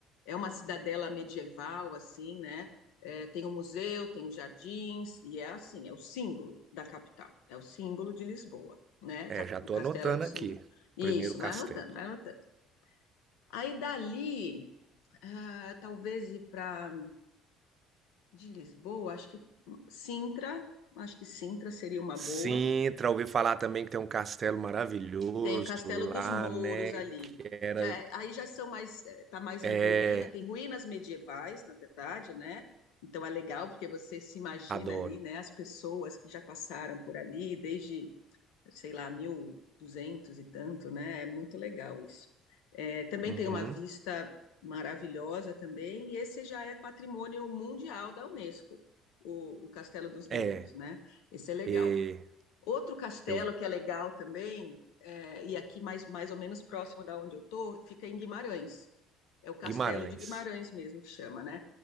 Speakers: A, on the left; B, on the right.
A: é uma cidadela medieval, assim, né? É, tem um museu, tem os jardins, e é assim, é o símbolo da capital, é o símbolo de Lisboa, né?
B: É,
A: Cap-
B: já
A: O
B: tô
A: castelo
B: anotando
A: de São
B: aqui.
A: João. Isso,
B: Primeiro castelo.
A: vai anotando, vai anotando. Aí dali, ah, talvez ir para de Lisboa, acho que Sintra, acho que Sintra seria uma
B: Sintra,
A: boa,
B: ouvi falar também que tem um castelo maravilhoso
A: Tem o Castelo
B: lá,
A: dos Mouros
B: né?
A: ali.
B: Que era.
A: Já, é- aí já são mais, está mais
B: É,
A: em ruína, tem ruínas medievais, na verdade, né? Então é legal porque você se imagina
B: adoro.
A: ali, né, as pessoas que já passaram por ali desde, sei lá, 1200 e duzentos e tanto, né? É muito legal isso. Eh, também
B: Uhum.
A: tem uma vista maravilhosa também, e esse já é patrimônio mundial da Unesco, o, o Castelo dos Mouros,
B: É,
A: né? Esse é legal.
B: e
A: Outro castelo
B: eu.
A: que é legal também, é, e aqui mais, mais ou menos próximo da onde eu tô, fica em Guimarães. É o Castelo
B: Guimarães.
A: de Guimarães mesmo que chama, né?